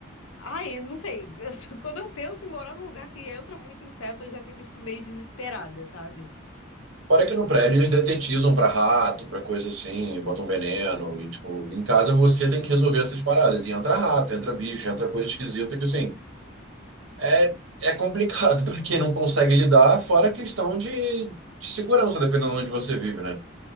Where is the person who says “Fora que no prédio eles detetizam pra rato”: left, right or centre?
Right